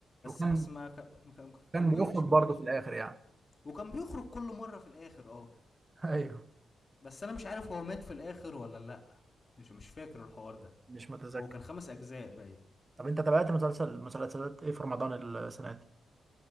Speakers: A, on the right (about 25°); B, on the left (about 30°).
A: وكان
B: بس ما ك- ما كان
A: كان
B: كان وحش
A: بيخرج
B: كان
A: برضه
B: وحش
A: في الآخر يعني
B: وكان بيخرج كل مره في الاخر اه
A: <laughs> ايوه
B: بس انا مش عارف هو مات في الاخر ولا لا مش مش فاكر الحوار ده
A: مش متذكر
B: هو كان خمس اجزاء باين
A: طب أنت تابعت مسلسل مسلسلات ايه في رمضان السنة دي؟